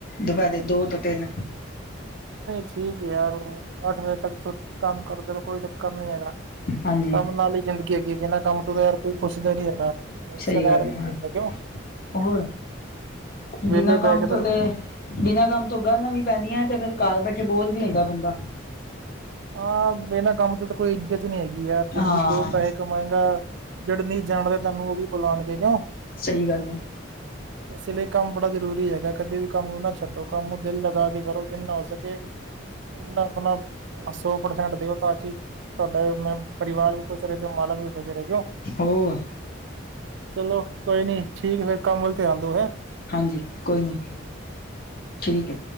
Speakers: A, on the left (about 45°); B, on the right (about 65°).
A: ਦੁਪੈਰੇ ਦੋ ਤੋ ਤਿੰਨ।
B: ਠੀਕ ਏ ਯਾਰ ਉਂ ਅੱਠ ਵਜੇ ਤੱਕ ਛੁ ਕੰਮ ਕਰਦੇ ਰੋ ਕੋਈ ਚੱਕਰ ਨੀ ਹੈਗਾ।
A: ਹਾਂਜੀ
B: ਕੰਮ ਨਾਲ ਈ ਜ਼ਿੰਦਗੀ ਹੈਗੀ, ਬਿਨਾਂ ਕੰਮ ਤੋ ਤਾ ਯਾਰ ਕੋਈ ਪੁੱਛਦਾ ਨੀ ਹੈਗਾ। ਰਿਸਤੇਦਾਰ
A: ਸਹੀ ਗੱਲ ਹੈ
B: ਵੀ ਨੀ ਪੁੱਛਦਾ ਕਿਂਓਂ
A: ਹੋਰ
B: ਵੇਲੇ
A: ਬਿਨਾਂ
B: ਬੈ
A: ਕੰਮ
B: ਕੇ ਤੇ
A: ਤੋਂ ਬਿਨਾਂ ਕੰਮ ਤੋਂ ਗਾਲਾਂ ਵੀ ਪੈਂਦੀਆਂ ਤੇ ਫੇਰ ਘਰ ਬੈਠੇ ਬੋਰ ਵੀ ਹੁੰਦਾ ਬੰਦਾ।
B: ਹਾਂ ਬਿਨਾਂ ਕੰਮ ਤੇ ਤੇ ਕੋਈ ਇੱਜਤ ਨੀ ਹੈਗੀ ਯਾਰ ਜ਼ਿੰਦਗੀ
A: ਹਾਂ
B: ਚ ਦੋ ਪੈਹੇ ਕਮਾਏਂਗਾ ਜੇੜੇ ਨਈ ਜਾਣਦੇ ਤਾਨੂੰ ਓ ਵੀ ਬੁਲਾਣਗੇ ਕਿਉਂ।
A: ਸਈ ਗੱਲ ਐ।
B: ਇਸ ਲਈ ਕੰਮ ਬੜਾ ਜ਼ਰੂਰੀ ਹੈਗਾ, ਕਦੇ ਵੀ ਕੰਮ ਨੂੰ ਨਾ ਛੱਡੋ। ਕੰਮ ਦਿਲ ਲਗਾ ਕੇ ਕਰੋ ਜਿੰਨਾ ਹੋ ਸਕੇ ਉਨਾ ਆਪਣਾ ਸੌ ਪ੍ਰਸੈਂਟ ਦਿਓ ਤਾਂ ਕਿ ਤੁਆਡਾ ਮ ਪਰਿਵਾਰ ਵੀ ਖੁਸ਼ ਰਏ ਓ ਮਾਲਕ ਵੀ ਖੁਸ਼ ਰਏ ਕਿਓ।
A: ਹੋਰ
B: ਚਲੋ ਕੋਈ ਨੀ ਠੀਕ ਫੇਰ ਕੰਮ ਵੱਲ ਧਿਆਨ ਦਓ ਹੈਂ।
A: ਹਾਂਜੀ ਕੋਈ ਨੀ, ਠੀਕ ਐ।